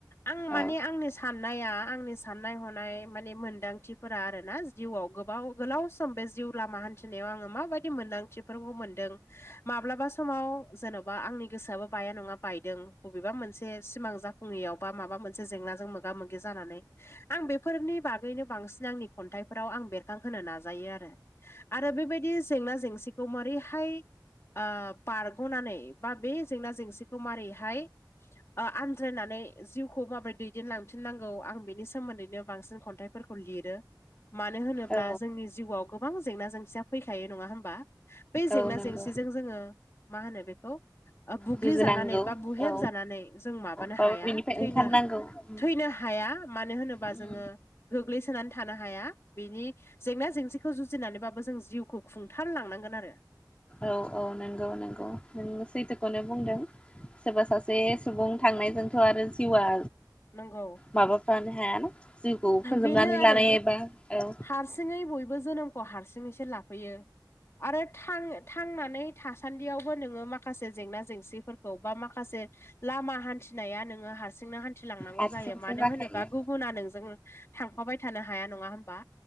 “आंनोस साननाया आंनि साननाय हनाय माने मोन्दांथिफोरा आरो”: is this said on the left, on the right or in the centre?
Left